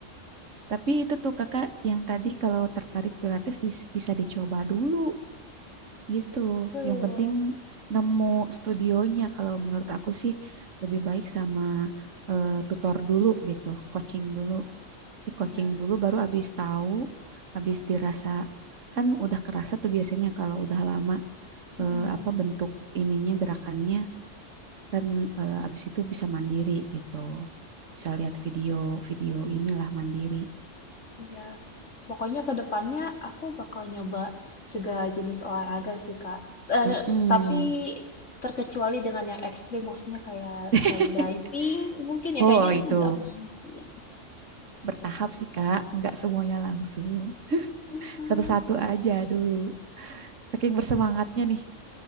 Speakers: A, on the right (about 80°); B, on the left (about 75°).
A: tapi itu tuh kakak yang tadi kalau tertarik pilates dis- bisa dicoba dulu gitu
B: tuh.
A: yang penting nemu studionya kalau menurut aku sih lebih baik sama eh, tutor dulu gitu coaching dulu di
B: Iya.
A: coaching dulu baru abis tahu abis dirasa kan udah kerasa tuh biasanya kalau udah lama
B: Mhm,
A: eh, apa bentuk ininya gerakannya kan eh, abis itu bisa mandiri gitu bisa lihat video-video inilah mandiri
B: iya. Pokoknya ke depannya aku bakal nyoba segala jenis olahraga sih, Kak. eh
A: Mm-mm.
B: tapi terkecuali dengan yang ekstrim, maksudnya kayak skydiving
A: <laughs>
B: mungkin ya,
A: oh
B: kayaknya itu
A: itu
B: nggak mungkin.
A: bertahap sih kak nggak semuanya langsung
B: Mhm,
A: satu-satu aja dulu saking bersemangatnya nih